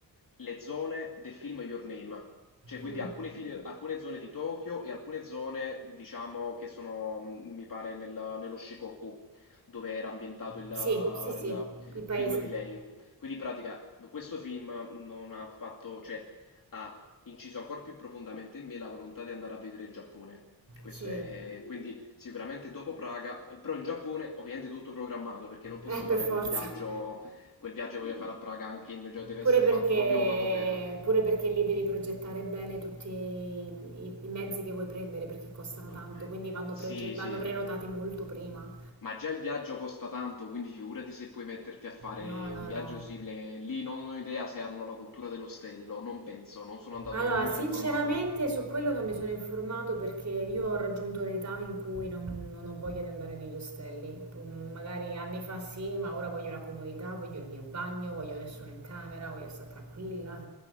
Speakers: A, on the left (about 55°); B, on the right (about 45°).
A: le zone del film Your Name, cioè, quindi
B: Mm.
A: alcune file alcune zone di Tokyo e alcune zone, diciamo, che sono, mhmm, mi pare, nel- nello Shikoku, dove era ambientato il, il
B: Sì, sì, sì, il paese.
A: film di lei. Quindi, in pratica, questo film non ha fatto, cioè, ha inciso ancora più profondamente in me la volontà di andare a vedere il Giappone. Questo
B: Sì,
A: è, quindi, sicuramente dopo Praga, però in Giappone, ovviamente, tutto programmato, perché non posso
B: eh, per
A: fare
B: forza.
A: quel viaggio,
B: <laughs>
A: quel viaggio che voglio fare a Praga anche in, cioè, deve
B: Pure
A: essere
B: perché,
A: fatto proprio fatto bene.
B: pure perché lì devi progettare bene tutti i, i mezzi che vuoi prendere perché costano
A: No,
B: tanto,
A: eh.
B: quindi vanno,
A: Sì,
B: proge- vanno
A: sì,
B: prenotati molto prima.
A: ma già il viaggio costa tanto, quindi figurati se puoi metterti a fare
B: No, no,
A: un viaggio
B: no.
A: simile. Lì non ho idea se hanno la cultura dell'ostello, non penso, non sono andato,
B: Allora,
A: non mi
B: sinceramente
A: sono informato.
B: su quello non mi sono informato perché io ho raggiunto un'età in cui non, non ho voglia di andare negli ostelli. Mm, Magari anni fa sì, ma ora voglio la comodità, voglio il mio bagno, voglio nessuno in camera, voglio stare tranquilla,